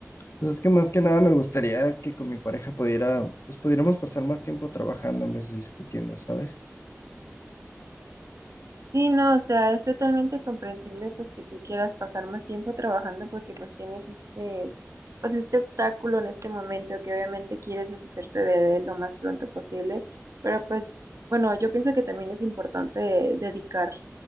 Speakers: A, on the left; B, on the right.
A: Pues es que más que nada me gustaría que con mi pareja pudiera, pues pudiéramos pasar más tiempo trabajando en vez de discutiendo, ¿sabes?
B: Sí, no, o sea, es totalmente comprensible pues que tú quieras pasar más tiempo trabajando porque pues tienes este, pues este obstáculo en este momento que obviamente quieres deshacerte de él lo más pronto posible, pero pues bueno, yo pienso que también es importante dedicar